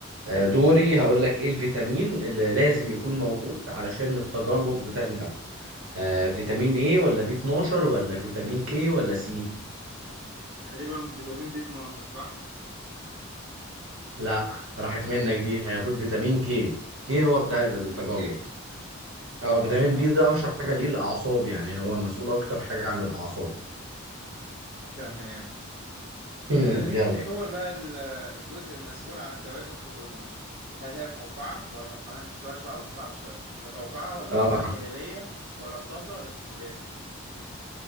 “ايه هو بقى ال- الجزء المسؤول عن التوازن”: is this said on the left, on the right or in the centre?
Right